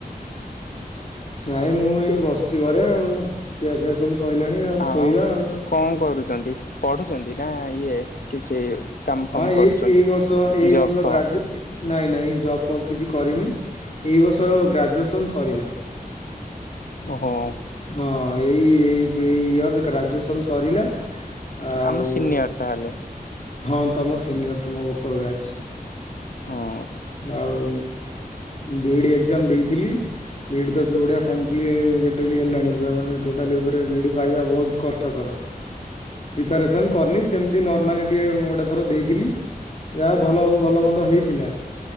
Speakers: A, on the left; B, on the left.
A: ନାଇଁ ମୁଁ ଏଇ ବସିଛି ଘରେ ଆଉ ଖିଆ ଫିଆ ସବୁ- ସଇଲାଣି ଆଉ
B: ହଁ
A: ଶୋଇବା ଆଉ
B: କଣ କରୁଛନ୍ତି ପଢୁଛନ୍ତି ନା ଇଏ କିଛି କାମ
A: ହଁ
B: ଫାମ
A: ଏଇ
B: କରୁଛନ୍ତି?
A: ଏଇ ବର୍ଷ ଏଇ
B: ଜବ୍
A: ବର୍ଷ
B: ଫବ୍
A: ଗ୍ରାଜୁ ନାଇଁ ନାଇଁ ଜବ୍ବ୍ କିଛି କରିନି ଏଇ ବର୍ଷ ଗ୍ରାଜୁଏସନ ସରିଲା।
B: ଓହୋ
A: ହଁ ଏଇ ଏ ଏଇ ଇୟର ଗ୍ରାଜୁଏସନ ସରିଲା। ଆଉ
B: ଆମ ସିନିୟର ତାହେଲେ
A: ହଁ ତମ ସିନିୟର ତମ ଉପର ବ୍ୟାଚ
B: ହଁ
A: ଆଉ। ବିଡି ଏକ୍ଜାମ ଦେଇଥିଲି ବିଇଡି ତ ଯୋଉଭଳିଆ କମ୍ପ୍ଲିଟ ହେଲାନି ପୁରା ମାନେ ଟୋଟାଳି ଉପରେ ବି ଡ଼ି ପାଇବା ବାହୁତ କଷ୍ଟ କର, ପ୍ରିପାରେଶନ କରନି ସେମିତି ନର୍ମାଲି ଟିକେ ଗୋଟେ ଥର ଦେଇଥିଲି ଯାହା ଭଲ ଭଲ ମନ୍ଦ ହେଇଥିଲା।